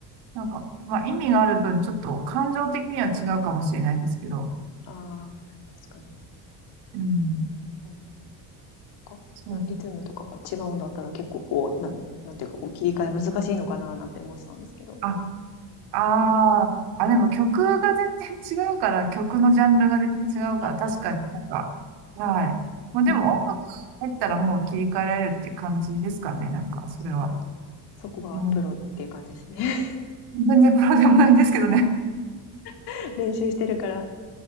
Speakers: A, on the right; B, on the left.
A: なんか、まあ、意味がある分、ちょっと感情的には違うかもしれないんですけど、
B: ああ、確かに。
A: うん。
B: はい。か、
A: そう。
B: リズムとかが違うんだったら結構こう、なん、なんていうかこう切り替え難しいのかななんて思ってたんですけど、
A: あ、あーあ、
B: もう、
A: でも曲が全然違うから、曲のジャンルが全然違うから、
B: はい。あ、
A: 確かになんか、はい。もうでも音楽入ったらもう切り替えられるって感じですかね、
B: うん、な
A: なんか、それは。
B: るほど。そこはプロっていう感じですね。
A: うん全然プロでもないんですけどね。
B: <laughs> 練習してるから。